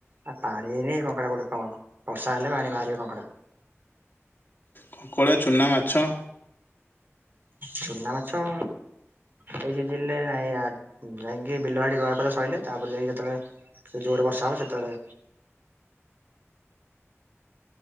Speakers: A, on the right; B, on the left.
A: ଆ ପାଣି ହେଇନି କଙ୍କଡା କଉଠୁ ଦେବ ବର୍ଷା ହେଲେ ପାଣି ବାହାରିବ କଙ୍କଡା।
B: କଙ୍କଡ଼ା, ଚୁନା ମାଛ।
A: ଚୁନା ମାଛ ଏଇ ସିଜିନ୍ ନରେ ନାଇଁ ଯାଇକି ବିଲବାଡି ରୁଆ ପଦା ସଇଲେ ତାପରେ ଯାଇକି ଯେତେବେଳେ ସେ ଜୋରେ ବର୍ଷା ହବ ସେତବେଳେ